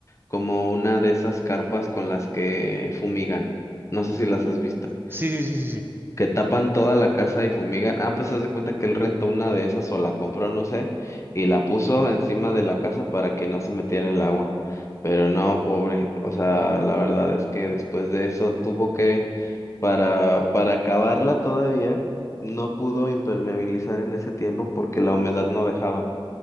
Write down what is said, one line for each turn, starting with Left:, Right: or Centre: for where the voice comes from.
Left: como una de esas carpas con las que fumigan. No sé si las has visto
Right: Sí, sí, sí, sí, sí.
Left: que tapan toda la casa y fumigan. Ah, pues haz de cuenta que él rentó una de esas o la compró, no sé, y la puso encima de la casa para que no se metiera el agua. Pero no, pobre. O sea, la verdad es que después de eso tuvo que, para, para acabarla todavía, no pudo impermeabilizar en ese tiempo porque la humedad no dejaba.